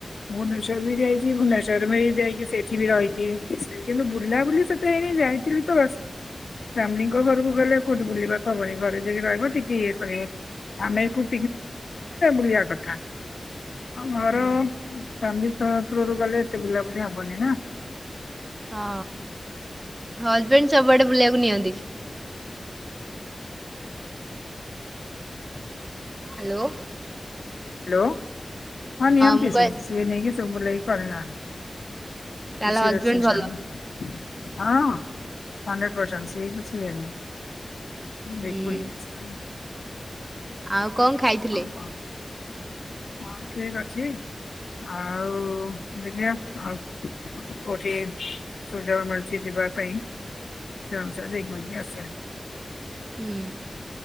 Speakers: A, on the left; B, on the right.
A: ଭୁବନେଶ ଟା ବି ଯାଇଛି ଭୁବେଶ୍ଵର ବି ଯାଇକି ସେଇଠି ବି ରହିକି କିଛି କିନ୍ତୁ ବୁଲା ବୁଲି ସେତେ ହେଇନି ଯାଇଥିଲି ତ ବାସ ଫ୍ୟାମିଲିଙ୍କ ଘରକୁ ଗଲେ କୋଉଠୁ ବୁଲିବାକୁ ହବନି ଘରେ ଯାଇକି ରହିବ ଟିକେ ଇଏ କରିବ ଆମେ କୋଉ ବୁଲିବା କଥା। ଘର
B: ହୁଁ।
A: ଆମେ ତ ତୁର ରେ ଗଲେ ଏତେ ବୁଲା ବୋଲି ହବନି ନା।
B: ହଁ ହଜବେଣ୍ଡ ସବୁଆଡେ ବୁଲିବାକୁ ନିଅନ୍ତି। ହ୍ୟାଲୋ।
A: ହ୍ୟାଲୋ। ହଁ ନିୟନ୍ତିତି
B: ମୁଁ କହିଲି
A: ସେ ସେ ନେଇକି ତ ବଲେ କରିନା ଆ
B: ତାହେଲେ
A: ପଛିି
B: ହଜବେଣ୍ଡ
A: ର ସେଶାମ
B: ଭଲ
A: ହଁ ହଣ୍ଡ୍ରେଡ ପରସଣ୍ଟ ସକୁ ସକୁ
B: ହୁଁ
A: ଦେଖିବଇସ୍ତା
B: ଆଉ କଣ ଖାଇଥିଲେ।
A: କହ ହଁ ଠିକ ଅଛି ଆଉ ଦେଖିବା। ଆଉ କୋଉଠି ସୁଯୋଗ ମିଳୁଛି ଯିବା ପାଇଁ। ସେ ଅନୁସାରେ ଯାକି ବୁଲ୍କି ଆସିବା।
B: ହୁଁ।